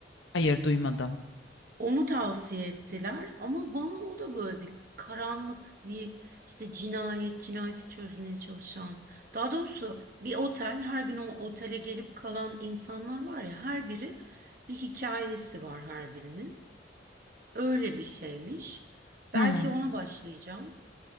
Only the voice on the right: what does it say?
Onu tavsiye ettiler ama bana o da böyle bir karanlık bir işte cinayet, cinayeti çözmeye çalışan. Daha doğrusu bir otel her gün o otele gelip kalan insanlar var ya her biri bir hikayesi var her birinin. Öyle bir şeymiş. Belki
ona başlayacağım.